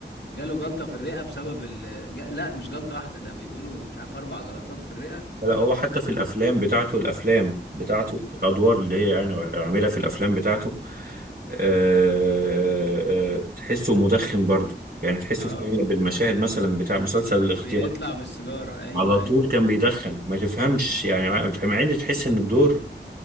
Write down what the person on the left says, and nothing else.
جاله جلطه في الرئه بسبب ال... جا- لا مش جلطه واحده ده بيقولوا مش عارف اربع جلطات في الرئه
اه
بيطلع بالسيجاره ايوه
ايوه